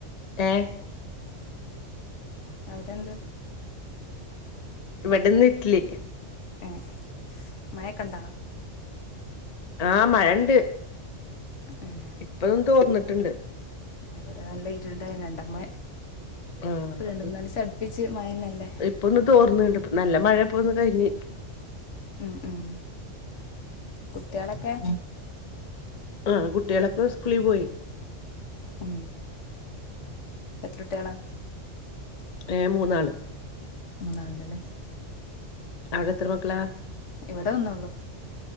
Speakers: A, on the left; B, on the left.
A: ഏഹ്
B: അവ്ടെന്താ?
A: ഇവെട്ന്ന്ഇറ്റ്ലി.
B: ഏഹ് മയക്കണ്ടാ?
A: ആഹ് മഴുണ്ട്
B: ഏഹ്
A: ഇപ്പതും തോർന്നിട്ടുണ്ട്.
B: ഇവിടെ നല്ല ഇരുടായി രണ്ടമ്മ
A: ആഹ്
B: ഇപ്പ രണ്ട് മൂന്നാലിസം അടിപ്പിച്ച് മയന്നല്ലേ?
A: ഇപ്പൊന്ന് തോർന്നണ്ട് നല്ല മഴപ്പോ ഒന്ന് കഴിഞ്ഞ്.
B: ഉം ഉം കുട്ട്യാളൊക്കെ?
A: ആ കുട്ട്യാളൊക്കെ സ്കൂളിൽ പോയി.
B: ഉം എതൃട്ട്യാള.
A: ഏഹ് മൂന്നാള്.
B: മൂന്നാള്ണ്ട്ല്ലേ.
A: അവിടെ എത്ര മക്കള?
B: ഇവിടെ ഒന്ന്ള്ളൂ.